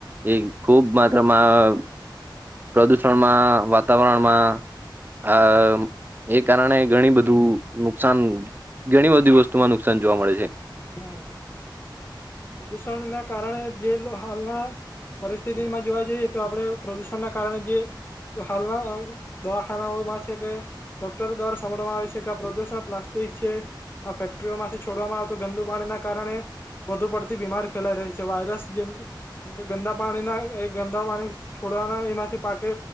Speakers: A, on the right; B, on the left.
A: એ ખુબ માત્રમાં પ્રદુષણમાં વાતાવરણમાં આ એ કારણે ઘણી બધું નુકસાન ઘણી બધી વસ્તુમાં નુકસાન જોવા મળે છે.
B: હા પ્રદુષણના કારણે ગેલ હાલના પરિસ્થિતિમાં જોવા જઈએ તો આપણે પ્રદુષણના કારણે જે તો હાલના દવાખાના ઓયમાં છે કે ડોક્ટર દ્વારા સમભવામાં આવે છે કે આ પ્રદુષણ પ્લાસ્ટિક છે, આ ફેક્ટરીઓમાંથી છોડવામાં આવ તો ગંદુ પાણી ના કારણે વધુ પડતી બીમારી ફેલાઈ રહી છે વાયરસ જેમ જેમ કે ગંદા પાણીના એ ગંદા પાણી છોડવાના એમાંથી પાકે